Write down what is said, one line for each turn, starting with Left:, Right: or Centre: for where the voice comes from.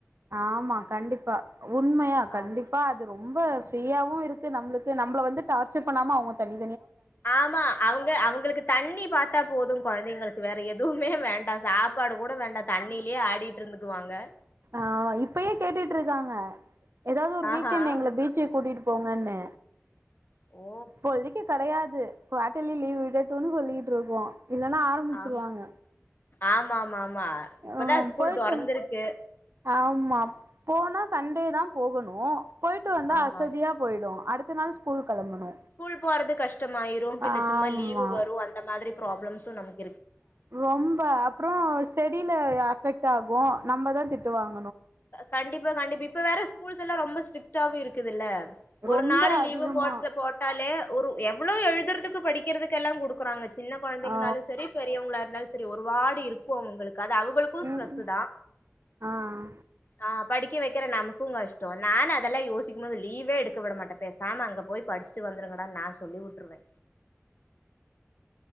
Right: ஆமா கண்டிப்பா உண்மையா கண்டிப்பா
Left: ஆமா.
Right: அது ரொம்ப ஃப்ரீயாவவு இருக்கு நம்மளுக்கு நம்மள வந்து டார்ச்சர் பண்ணாம அவங்க தனி
Left: ஆமா அவங்க அவங்களுக்கு தண்ணி பாத்தா போது குழந்தைங்களுக்கு வேற எதுவுமே வேண்டா சாப்பாடு கூட வேண்டா தண்ணிலேயே ஆடிட்டு இருந்துக்குவாங்க
Right: ஆமா இப்பயே கேட்டுட்டு இருக்காங்க ஏதாவது ஒரு வீக்கெண்ட்
Left: ஆஹா
Right: எங்கள பீச்சு கூட்டிகிட்டு போங்கன்னு
Left: ஓ
Right: இப்போதைக் கிடையாது குவாட்டலி லீவ் விடட்டும்ன்னு சொல்லிட்டு இருக்கோ இல்லன்னா ஆரம்பிச்சிருவாங்க
Left: ஆ ஆமாமாமா இப்பதான்
Right: ஆ
Left: ஸ்கூல்
Right: போய்ட்டு
Left: தொறந்திருக்கு
Right: ஆமா போனா சண் டே தா போகணு போயிட்டு வந்த
Left: ஆமா.
Right: அசதியா போயிடு அடுத்த நாள் ஸ்கூல் கெளம்பணு
Left: ஸ்கூல் போறது கஷ்டமாயிரு பின்ன
Right: ஆமா
Left: சும்மா லீவ் வரும் அந்த மாதிரி ப்ராப்ளம்ஸு ம் நமக்
Right: ரொம்ப அப்புறோ ஸ்டடியில அஃபெக்ட் ஆகும் நம்மதா திட்டுவாங்
Left: கண்டிப்பா கண்டிப்பா இப்ப வேற ஸ்கூல்ஸ் எல்லா ரொம்ப ஸ்ட்ரிக்ட்டாவு இருக்குது இல்ல ஒரு
Right: ரொம்ப
Left: நாளு லீவு
Right: அதிகமா
Left: போட்ட போட்டாலே ஒரு எவ்ளோ எழுதறதுக்கு படிக்கறது கெல்லா குடுக்குறாங்க சின்ன கொழந்தைங்கனாலு
Right: ஆ
Left: செரி பெரியவங்ளா இருந்தாலு செரி ஒரு வாடி இருக்கு அவுங்களுக் க்கு அது அவுங்களுக்கு ஸ்ட்ரெஸ்ஸு
Right: ம்
Left: தா
Right: ஆ
Left: ஆ படிக்க வெக்கிற நமக்குங் கஷ்டோ நானு அதெல்லா யோசிக்கும் போது லீவே எடுக்க விட மாட்டே பேசாம அங்க போய் படி ச்சிட்டு வந்துருங்கடான் நா சொல்லி உட்ருவே
Right: <inaudible>